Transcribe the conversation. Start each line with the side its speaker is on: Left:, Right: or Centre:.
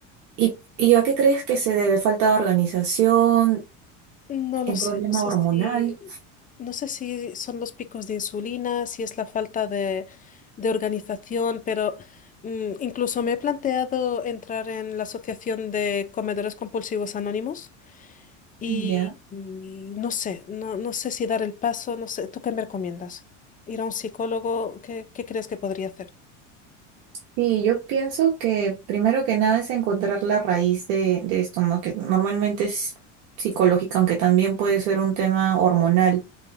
Right: ¿Y, y a qué crees que se debe? ¿Falta de organización?
Left: No lo
Right: ¿Un
Left: sé,
Right: problema
Left: no sé
Right: hormonal?
Left: si, no sé si son los picos de insulina, si es la falta de, de organización, pero mm, incluso me he planteado entrar en la Asociación de Comedores Compulsivos Anónimos y,
Right: Ya.
Left: y no sé, no, no sé si dar el paso, no sé, ¿tú qué me recomiendas? ¿Ir a un psicólogo? ¿Qué, qué crees que podría hacer?
Right: Sí, yo pienso que primero que nada es encontrar la raíz de, de esto, ¿no? Que normalmente es psicológica, aunque también puede ser un tema hormonal.